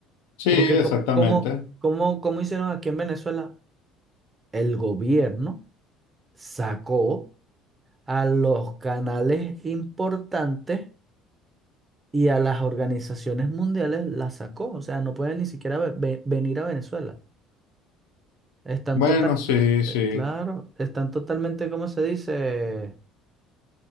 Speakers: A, on the left; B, on the right.
A: Sí,
B: Porque
A: exactamente.
B: co- como, como, como hicieron aquí en Venezuela, el gobierno sacó. a los canales importantes y a las organizaciones mundiales las sacó. O sea, no pueden ni siquiera ve- ve- venir a Venezuela. Están
A: Bueno,
B: total,
A: sí,
B: eh,
A: sí.
B: claro, están totalmente, ¿cómo se dice?